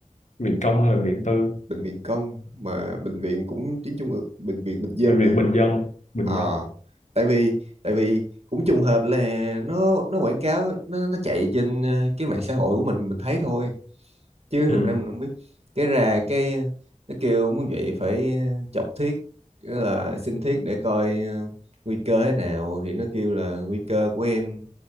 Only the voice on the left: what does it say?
Viện công hay là viện tư?
Hay viện
bình dân? Bình
dân.
Ừ.